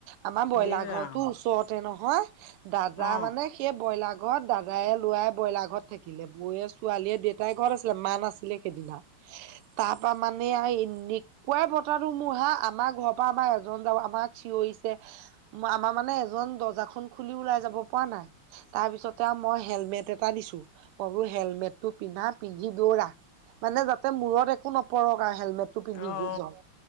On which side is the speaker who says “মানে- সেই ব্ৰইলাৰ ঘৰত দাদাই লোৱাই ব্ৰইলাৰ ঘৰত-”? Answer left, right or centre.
Right